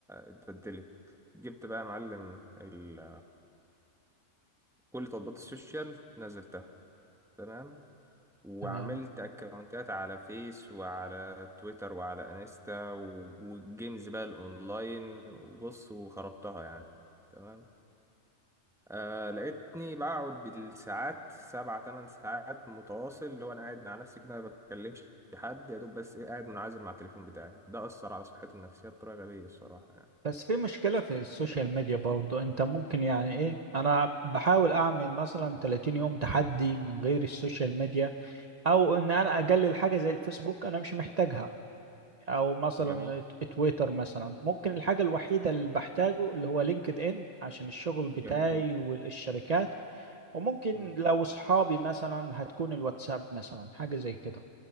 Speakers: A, in the centre; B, on the right (about 35°).
A: اتبدلت جبت بقى يا معلم ال- كل تطبيقات السوشيال نزلتها تمام وعملت
B: تمام
A: اكونتات على فيس وعلى تويتر وعلى انستا و- وجيمز بقى الاونلاين وبص وخربتها يعني تمام آه لقيتني بقعد بالساعات سبع تمن ساعات متواصل اللي هو انا قاعد مع نفسي كده ما بكلمش حد يا دوب بس ايه قاعد منعزل مع التليفون بتاعي ده اثر على صحتي النفسيه بطريقه غبيه الصراحه يعني
B: بس في مشكلة في السوشيال ميديا برضو انت ممكن يعني ايه انا بحاول اعمل مثلا 30 يوم تحدي من غير السوشيال ميديا او ان انا اقلل حاجة زي الفيسبوك انا مش محتاجها او مثلا
A: جميل
B: ت- تويتر مثلا ممكن الحاجة الوحيدة اللي بحتاجه اللي هو لينكد ان عشان الشغل بتاعي
A: جميل جدا
B: والشركات وممكن
A: مم.
B: لو اصحابي مثلا هتكون الواتساب مثلا حاجة زي كده